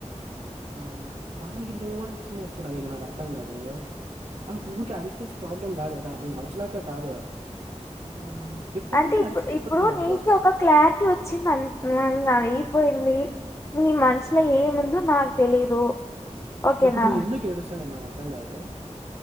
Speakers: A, on the right; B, on the left.
A: ఆ దానికి ఎంత రక్షణ చేస్తున్నా ఇది నాకు అర్థం కాదు ఆ ఊరికి అరిస్తే ప్రాబ్లం కాదట నేను అరచలేక కాదు ఆ పెద్దాన్ని
B: అంటే ఇప్పుడు
A: అరిచి చెప్పొద్దు
B: ఇప్పుడు
A: నాకు
B: నీకి ఒక క్లారిటీ వచ్చి మ అ పోయింది నీ మన్ ఇట్లా ఏముందో నాకు తెలీదు ఓకేనా
A: ఇప్పుడు నువ్ ఎందుకుడుస్తా ఎంద అర్థంగదు